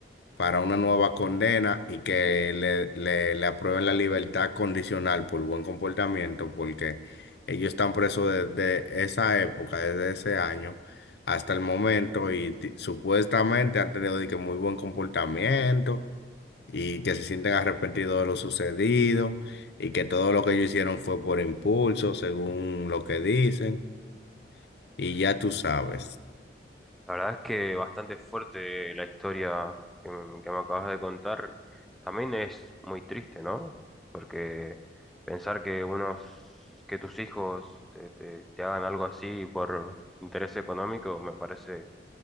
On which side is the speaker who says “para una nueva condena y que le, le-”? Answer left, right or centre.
Left